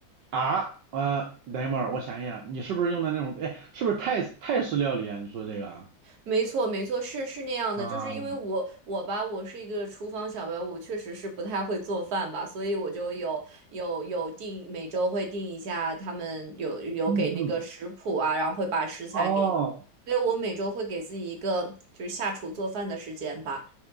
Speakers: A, on the right; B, on the right.
A: 啊，呃，等一会儿，我想一想，你是不是用的那种？哎，是不是泰泰式料理啊？你说这个啊？
B: 没错，没错，是是那样的，
A: 啊，
B: 就是因为我我吧，我是一个厨房小白，我确实是不太会做饭吧，所以我就有有有定每周会定一下，他们有有给那个食谱啊，
A: 嗯嗯。
B: 然后会把食材给你，
A: 哦
B: 所以我每周会给自己一个就是下厨做饭的时间吧。